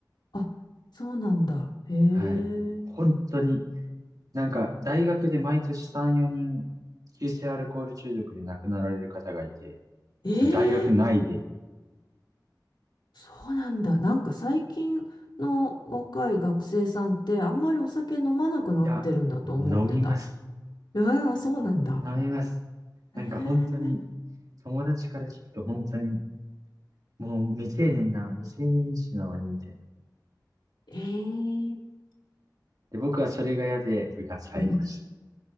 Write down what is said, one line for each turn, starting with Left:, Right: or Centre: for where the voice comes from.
Left: あ、そうなんだ。へえ。
Right: はい。本当に、なんか、大学で毎年3、4人、急性アルコール中毒で亡くなられる方がいて、
Left: ええ
Right: その大学内で、
Left: そうなんだ。なんか最近の若い学生さんってあんまりお酒飲まなくなってるんだと思ってた。
Right: いや、飲みます。
Left: ああ、そうなんだ。
Right: いや、飲みます。なんか本当に、
Left: へ
Right: 友達から聞くと本当に、もう未成年な、未成年飲酒なのにみたいな。
Left: え。えー
Right: で、僕はそれが嫌で部活入りました。
Left: うん。